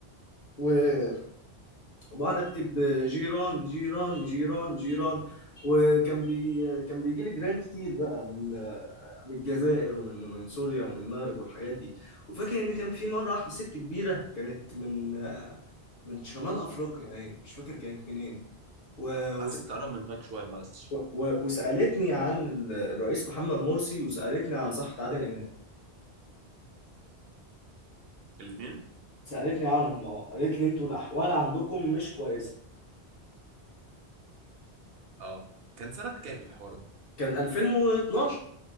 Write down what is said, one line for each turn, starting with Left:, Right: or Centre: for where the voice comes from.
Left: و- وبقعد اكتب جيران جيران جيران جيران وكان بي كان بيجي لي جيران كتير بقى من من الجزائر ومن من سوريا ومن المغرب والحاجات دي وفاكر ان كان في مره واحده ست كبيره كانت من من شمال افريقيا ايه مش فاكر كانت منين و... وس-
Right: عايزك تقرب من المايك شويه معلش
Left: و... وسالتني عن الرئيس محمد مرسي وسالتني عن صحة عادل امام
Right: الاثنين
Left: سألتني عنهم اه قالت لي انتوا الأحوال عندكم مش كويسة
Right: اه كان سنة كام الحوار ده
Left: كان 2012